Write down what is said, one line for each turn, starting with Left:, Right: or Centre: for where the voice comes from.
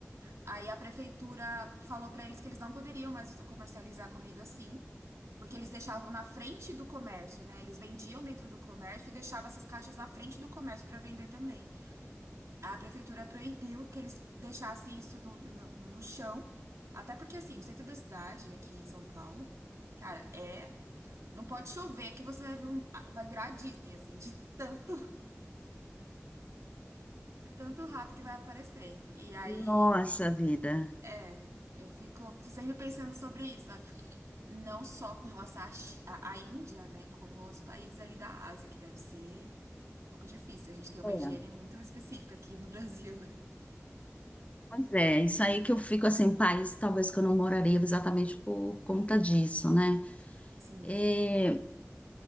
Right: Aí a prefeitura falou pra eles que eles não poderiam mais comercializar comida assim, porque eles deixavam na frente do comércio, né? Eles vendiam dentro do comércio e deixavam essas caixas na frente do comércio pra vender também. A prefeitura proibiu que eles deixassem isso no, no no- no chão, até porque assim, o centro da cidade, aqui em São Paulo, cara, é não pode chover que você vai ver um, ah, vai virar a Disney, assim, de tanto, de tanto rato que vai aparecer. E aí,
Left: nossa vida.
Right: é, eu fico sempre pensando sobre isso. sabe? Não só com relação à, Chi- à- à Índia, né, como outros países ali da Ásia, que deve ser um pouco difícil. A gente tem uma
Left: É,
Right: higiene muito específica aqui no <laughs> Brasil, né?
Left: pois é, isso aí que eu fico assim, país, talvez que eu não moraria exatamente por conta disso, né?
Right: Sim.
Left: É,